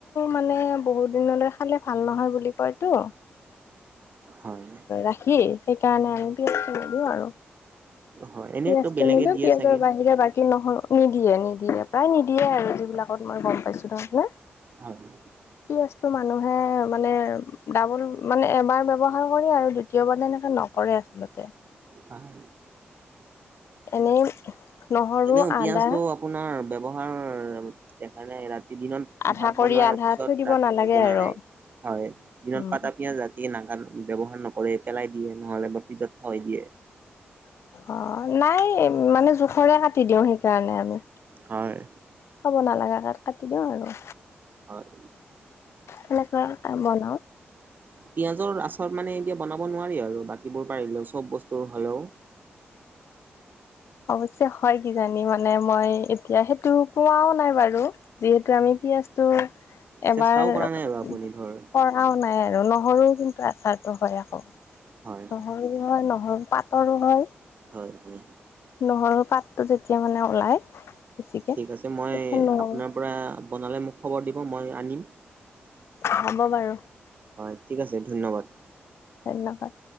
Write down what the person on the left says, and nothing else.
মানে বহুত দিনলৈ খালে ভাল নহয় বুলি কয়তো।
ৰাখি সেইকাৰণে আমি বি দিও আৰু।
পিয়াজটো
নিলো
পিয়াজৰ
বাহিৰে বাকী - কি নহ নিদিয়ে নিদিয়ে প্ৰায় নিদিয়ে আৰু যিবিলাকত মই গম পাইছো এতিয়া।
পিয়জটো মানুহে মানে- ডাবোল মানে এবাৰ ব্যৱহাৰ কৰে আৰু দ্বিতীয়বাৰ তেনেকে নকৰে আচলতে।
এনেই- নহৰু
আদা
আধা
কৰি
আধা
থৈ দিব
নালাগে
আৰু
উম
অ নাই মানে জোখৰে কাটি দিও সেইকাৰণে আমি।
খাব নালাগা কাটি দিওঁ আৰু
সেনেকুৱা বনাও
অৱশ্যে হয় কিজানি মানে মই এতিয়া সেইটো পোৱাও নাই বাৰু। যিহেতু আমি পিয়য়াজটো এবাৰ
ক
ৰাও নাই আৰু নহৰু কিন্তু আচাৰটো হয় আক'।
নহৰু হয় নহৰু পাটৰো হয়।
নহৰু পাতটো যেতিয়া মানে ওলাই বেছিকে
তেতিয়া নহৰু
হ'ব বাৰু।
ধন্যবাদ।